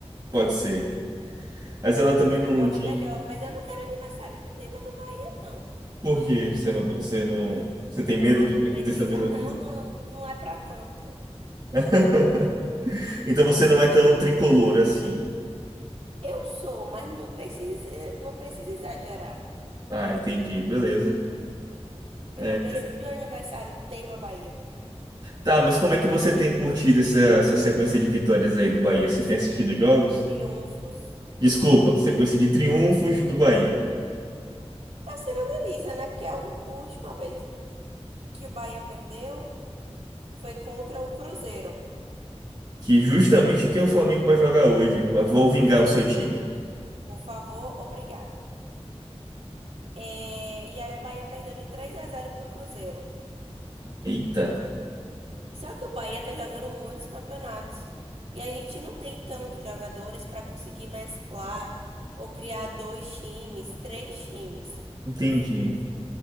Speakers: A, on the right; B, on the right.
A: Pode ser. Mas ela também não,
B: Ficava
A: não tinha.
B: melhor. Mas eu não quero aniversário com o tema do Bahia, não.
A: Por quê? Você não, você não. Você tem medo
B: Ah,
A: de
B: não
A: que
B: precisa,
A: aconteça a mesma
B: não.
A: coisa?
B: Não, não é pra tanto.
A: <laughs> Então você não é tão tricolor assim.
B: Eu sou, mas não precisa, não precisa exagerar.
A: Ah, entendi. Beleza. É.
B: Eu não preciso de um aniversário tema Bahia.
A: Tá, mas como é que você tem curtido essa, essa sequência de vitórias aí do Bahia? Você tem assistido jogos?
B: Triunfos.
A: Desculpa, sequência de triunfos do Bahia.
B: Tá sendo uma delícia, né? Porque a u- última vez que o Bahia perdeu foi contra o Cruzeiro.
A: Que justamente que o Flamengo vai jogar hoje. Vou vingar o seu time.
B: Por favor, obrigada. É, e aí o Bahia perdeu de três a 0 pro Cruzeiro.
A: Eita,
B: Só que o Bahia tá jogando muitos campeonatos. E a gente não tem tantos jogadores para conseguir mesclar ou criar dois times, três times.
A: entendi.